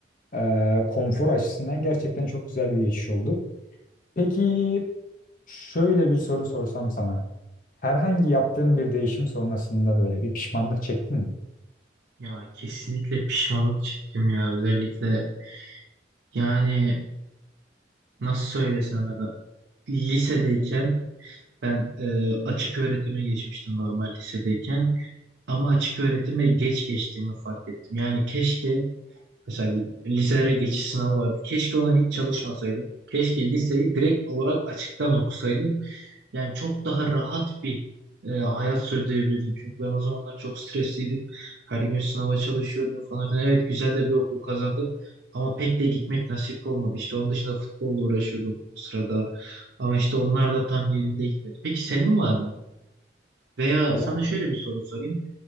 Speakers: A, on the left; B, on the right.
A: e, konfor açısından gerçekten çok güzel bir geçiş oldu. Peki şöyle bir soru sorsam sana. Herhangi yaptığın bir değişim sonrasında böyle bir pişmanlık çektin mi?
B: Ya kesinlikle pişmanlık çektim ya özellikle yani nasıl söylesem ya da lisedeyken ben e, açık öğretime geçmiştim normal lisedeyken. Ama açık öğretime geç geçtiğimi fark ettim. Yani keşke mesela liselere geçiş sınavı vardı. Keşke ona hiç çalışmasaydım. Keşke liseyi direkt olarak açıktan okusaydım. Yani çok daha rahat bir e, hayat sürdürebilirdim. Çünkü ben o zamanlar çok stresliydim. Her gün sınava çalışıyordum falan filan. Evet güzel de bir okul kazandım. Ama pek de gitmek nasip olmadı. İşte onun dışında futbolla uğraşıyordum o sırada. Ama işte onlar da tam yerinde gitmedi. Peki senin var mı? Veya
A: Ya,
B: sana şöyle bir soru sorayım.